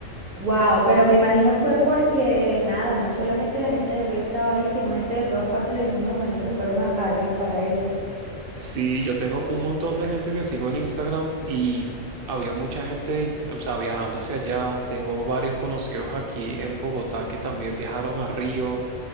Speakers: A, on the right; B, on the right.
A: Wow, pero me imagino fue porque nada, no solamente la gente de Río estaba ahí, sino gente de todas partes del mundo, me imagino que fueron a, a Río para eso.
B: Sí, yo tengo un montón de gente que sigo en Instagram y había mucha gente, o sea, viajando hacia allá. Tengo varios conocidos aquí en Bogotá que también viajaron a Río